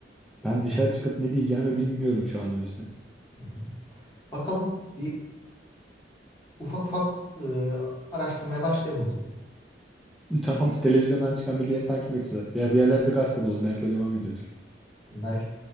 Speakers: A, in the centre; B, on the left.
A: Ben dışarı
B: Evet.
A: çıkıp ne diyeceğimi bilmiyorum şu an o yüzden.
B: Hı hı. Bakalım bir ufak ufak e, araştırmaya başlayalım o zaman.
A: <laughs> Tamam televizyondan çıkan bilgileri takip edeceğiz artık. Ya bir yerlerde gazete bulalım belki o devam ediyordur.
B: Belki.